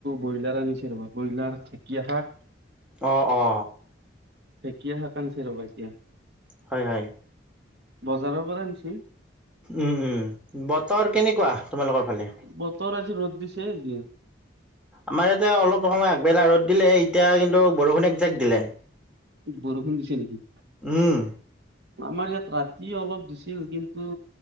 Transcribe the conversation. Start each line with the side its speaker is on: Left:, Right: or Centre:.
Right: ব্ৰইলাৰ আনিছে ৰ'বা ব্ৰইলাৰ, ঢেঁকীয়া শাক।
Centre: অ' অ'।
Right: ঢেঁকীয়া শাক আনছে ৰ'বা এতিয়া।
Centre: হয়, হয়।
Right: বজাৰৰ পৰা আনছি।
Centre: উ উ বতৰ কেনেকুৱা, তোমালোকৰ ফালে?
Right: বতৰ আজি ৰ'দ দিছে আজি।
Centre: আমাৰ এতিয়া অলপ সময় আগবেলা ৰ'দ দিলে, এতিয়া কিন্তু বৰষুণ একজাক দিলে।
Right: বৰষুণ দিছে নিকি?
Centre: উম।
Right: আমাৰ ইয়াত ৰাতি অলপ দিছিল, কিন্তু